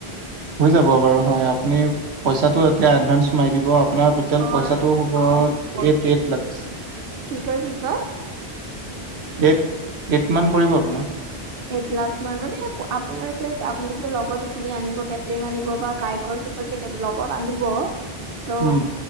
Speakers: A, on the right; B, on the right.
A: হৈ যাব বাৰু হয় আপুনি পইচাটো এতিয়া এডভাঞ্চ মাৰি দিব আপোনাৰ
B: অ',
A: টোটেল পইচাটো হ'ব
B: অ', প-
A: এইট এইট লাখ
B: কি কয় কি কয়
A: এইট এইট মান পৰিব আপোনাৰ।
B: এইট লাখ মান মানে আপোনাৰ এতিয়া আপুনি যে লগত এইখিনি আনিব কেটৰিং আনিব বা কাৰিকৰ চব যে লগত আনিব ত
A: উম